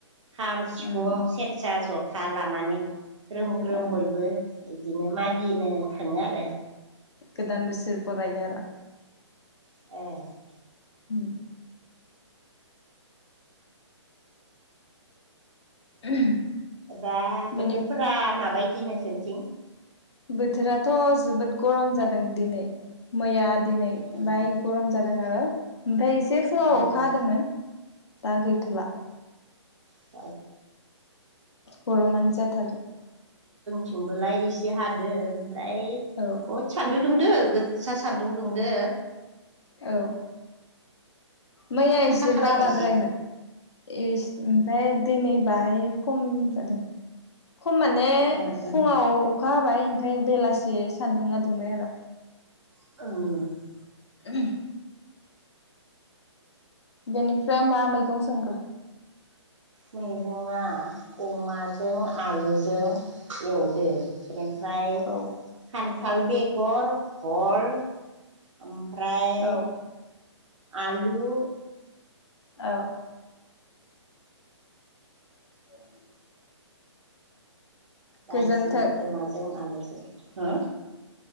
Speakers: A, on the right (about 80°); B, on the left (about 65°).
A: खाम, सिफुं,
B: उम
A: सेरजा, जथा <unintelligible> लानानै ग्रोम ग्रोम
B: उम
A: बयबो बिदिनो मागिनो थाङो आरो।
B: गोदान बोसोर बरायो आरो।
A: ए।
B: <unintelligible> <unintelligible>
A: दा
B: बेनि
A: बोथोरफोरा माबायदि नोंसोरथिं?
B: बोथोराथ' जोबोद गरम जादों दिनै मैया दिनै
A: उम
B: माय गरम जादों आरो ओमफ्राय एसे फुङाव
A: उम
B: अखा
A: उम
B: हादोंमोन दा गैथ'ला।
A: <unintelligible>
B: गरमानो जाथारदों
A: थिंबोलाय एसे हादो ओमफ्राय
B: औ
A: बहुद सान्दुं दुंदो गोसा सान्दुं दुंदो।
B: औ। मैया
A: थान्दा
B: एसे
A: खालायनायसै
B: बाराद्रायमोन इस ओमफ्राय दिनै बाहाय खम जादों खम माने
A: ओ
B: फुङाव
A: ओ
B: अखा हाबाय ओमफ्राय बेलासि सान्दुङा दुंबाय आरो।
A: <unintelligible>
B: <unintelligible> बेनिफ्राय मा मैगं संखो?
A: मैगङा अमाजों आलुजों एवदो। बेनिफ्राय
B: औ
A: खान्थाल बेगर, भल ओमफ्राय
B: औ
A: आलु
B: औ। <inaudible>
A: दायसे
B: गोजोन्थों
A: अमाजों आलुजों हो